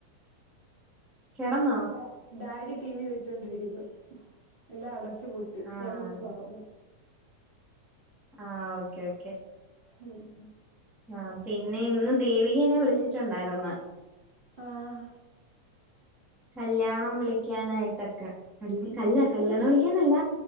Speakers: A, in the centre; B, on the right.
A: കിടന്നോ
B: ഡാ ഡാഡി ടി വി വെച്ചോണ്ടിരിക്കുന്നു എല്ലാം അടച്ചുപൂ ട്ടി
A: ആഹ്
B: ഞാമ്പിന്നെ തൊറന്ന്
A: ആഹ് ഓക്കേ ഓക്കെ
B: ഉം
A: ആഹ് പിന്നെ ഇന്ന് ദേവിക എന്നെ വിളിച്ചിട്ടുണ്ടായിര്ന്ന്
B: ആഹ്
A: കല്യാണം വിളിക്കാനായിട്ടൊക്കെ കല് കല്
B: ഇവിടെ
A: കല്യാണം വിളി ല്ല